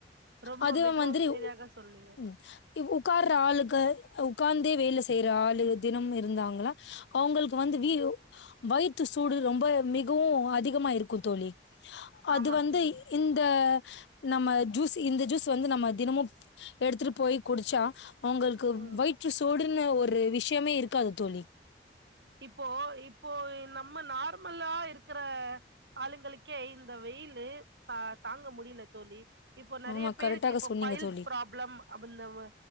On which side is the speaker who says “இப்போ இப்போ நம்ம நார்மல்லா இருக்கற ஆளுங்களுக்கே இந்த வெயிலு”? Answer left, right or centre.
Right